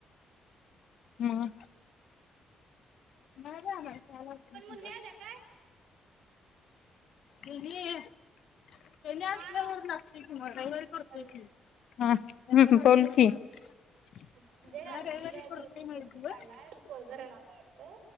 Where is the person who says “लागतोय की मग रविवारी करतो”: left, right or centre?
Left